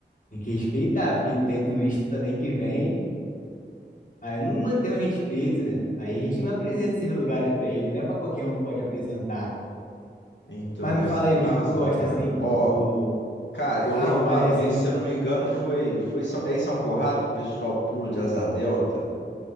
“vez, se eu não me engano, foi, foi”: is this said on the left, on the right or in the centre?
Left